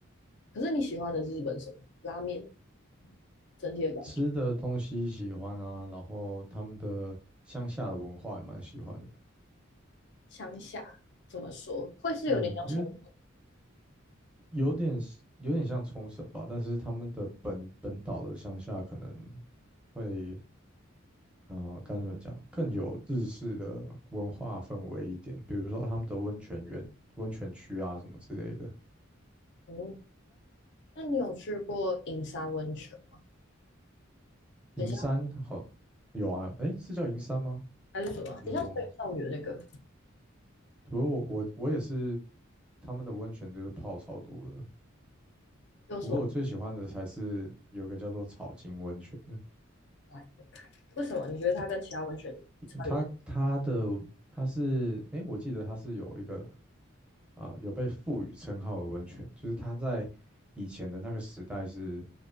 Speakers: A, on the left; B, in the centre.
A: 可是你喜欢的日本什么拉面整体的感觉？
B: 吃的东西喜欢啊，然后他们的乡下的文化也蛮喜欢的，
A: 乡下怎么说会是有点像冲
B: 嗯，因为有点是有点像冲绳吧，但是他们的本本岛的乡下可能会啊，呃该、怎么讲，更有日式的文化氛围一点，比如说他们的温泉园、温泉区啊什么之类的，
A: 重嗯，那你有去过银山温泉吗？
B: 银山好有啊，
A: 很像
B: 诶，是叫银山吗？
A: 还是什么？
B: 有点忘了。
A: 很像水少女的那个
B: 不过我我我也是，他们的温泉就是泡超多的。
A: 又是我
B: 不过我最喜欢的才是有一个叫做草金温泉的，
A: 来？为什么你觉得它跟其他温泉差别大？
B: 它它的它是，诶，我记得它是有一个啊、有被赋予称号的温泉，就是它在以前的那个时代是